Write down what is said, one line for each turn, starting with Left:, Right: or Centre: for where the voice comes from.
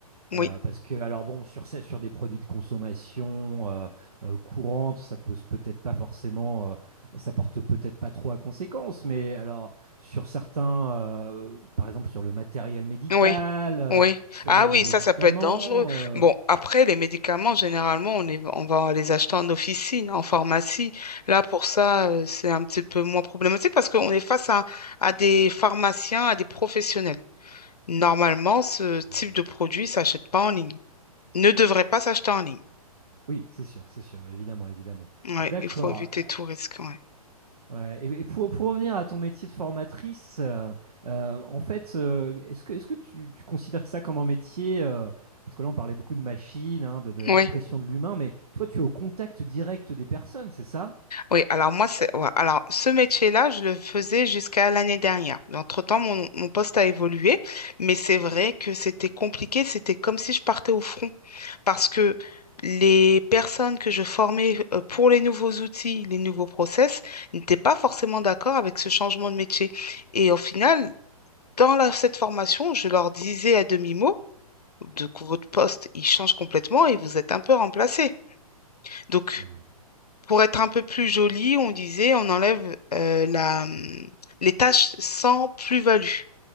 Left: oui.
Right: euh, parce que alors bon, sur, ces- sur des produits de consommation euh, euh, courante, ça pose peut-être pas forcément, euh, ça porte peut-être pas trop à conséquence, mais alors sur certains, euh, par exemple sur le matériel médical,
Left: Oui,
Right: euh,
Left: oui.
Right: sur
Left: Ah
Right: les,
Left: oui,
Right: les médicaments.
Left: ça, ça peut être dangereux.
Right: euh,
Left: Bon, après, les médicaments, généralement, on est- on va les acheter en officine, en pharmacie. Là, pour ça, euh, c'est un petit peu moins problématique parce qu'on est face à, à des pharmaciens, à des professionnels. Normalement, ce type
Right: Ouais.
Left: de produit s'achète pas en ligne. Ne devrait pas s'acheter en ligne.
Right: Oui, c'est sûr, c'est sûr, évidemment, évidemment.
Left: Ouais,
Right: D'accord.
Left: il faut éviter
Right: euh,
Left: tout risque. ouais.
Right: ouais, Et, et pour, pour revenir à ton métier de formatrice, euh, euh, en fait, euh, est-ce que, est-ce que tu, tu considères ça comme un métier, euh, parce que là, on parlait beaucoup de machines, hein, de, de la
Left: Oui.
Right: suppression de l'humain, mais toi, tu es au contact direct des personnes, c'est ça?
Left: Oui, alors moi, c'est, ouais, alors ce métier-là, je le faisais jusqu'à l'année dernière. Mais Entre-temps, mon, mon poste a évolué, mais c'est vrai que c'était compliqué. C'était comme si je partais au front parce que les personnes que je formais euh, pour les nouveaux outils, les nouveaux process, n'étaient pas forcément d'accord avec ce changement de métier. Et au final, dans la- cette formation, je leur disais à demi-mot de que votre poste, il change complètement et vous êtes un peu remplacé. Donc,
Right: Oui.
Left: pour être un peu plus joli, on disait, on enlève euh, la, hum, les tâches sans plus-value,